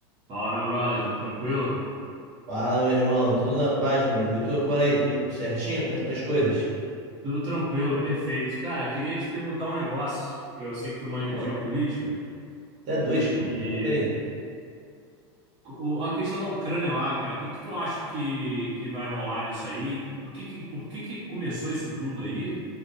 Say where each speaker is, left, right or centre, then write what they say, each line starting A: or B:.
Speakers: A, on the right; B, on the right.
A: Fala, meu brother, tudo tranquilo?
B: Fala, meu irmão. Tudo na paz, meu amigo. E tu por aí, tudo certinho? Como é que estão as coisas?
A: Tudo tranquilo, perfeito. Cara, queria te perguntar um negócio, que eu sei que tu manja
B: Pô,
A: de geopolítica,
B: até
A: e
B: dois, pô. Pergunta aí.
A: o- a questão da Ucrânia lá, cara, o que que tu acha que, que vai rolar nisso aí? Por que que, por que que começou isso tudo aí?